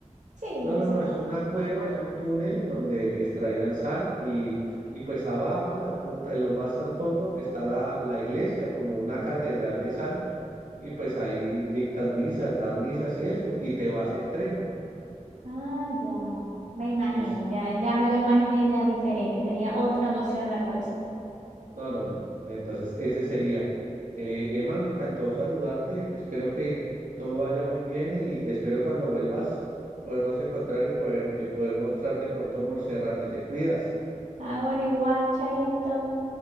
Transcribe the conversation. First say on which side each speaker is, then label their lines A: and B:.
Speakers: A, on the right; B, on the right.
A: Sí,
B: No,
A: de
B: no,
A: sal.
B: no, es una cueva, es un túnel donde extraían sal y, y pues abajo en la punta, en lo más al fondo, está la, la iglesia como una catedral de sal y pues ahí dictan misas, dan misas y eso, y te vas en tren.
A: Ah, ya. Me imagino,
B: Eso.
A: ya, ya me lo imaginé ya diferente. Tenía otra noción en la cabeza.
B: No, no, no. Entonces, ese sería. Eh, Emma, me encantó saludarte. Espero que todo vaya muy bien y espero cuando vuelvas podernos encontrar y poder, y poder mostrarte pronto Morserrate. Te cuidas.
A: Ah, bueno, igual, chaito.